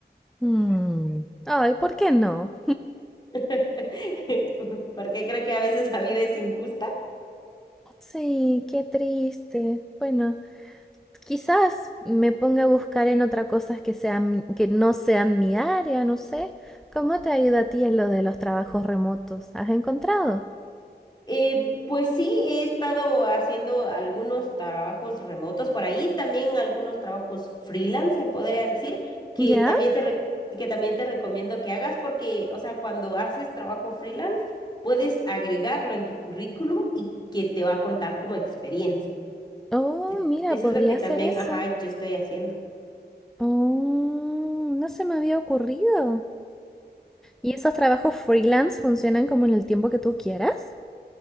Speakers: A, in the centre; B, on the left.
A: Mm, Ay, ¿por qué no?
B: <laughs> porque creo que a veces la vida es injusta.
A: Sí, qué triste. Bueno, quizás me ponga a buscar en otra cosas que sean, mi- que no sean mi área, no sé. ¿Cómo te ha ido a ti en lo de los trabajos remotos? ¿Has encontrado?
B: Eh, pues sí, he estado haciendo algunos trabajos remotos por ahí, también algunos trabajos freelance, se podría decir, que
A: ¿Ya?
B: también te, re- que también te recomiendo que hagas porque, o sea, cuando haces trabajo freelance, puedes agregarlo en tu currículum y que te va a contar como experiencia.
A: Oh,
B: Te-
A: mira,
B: Eso
A: podría
B: es lo que
A: hacer
B: también,
A: eso.
B: ajá, yo estoy haciendo.
A: Oh, no se me había ocurrido. ¿Y esos trabajos freelance funcionan como en el tiempo que tú quieras?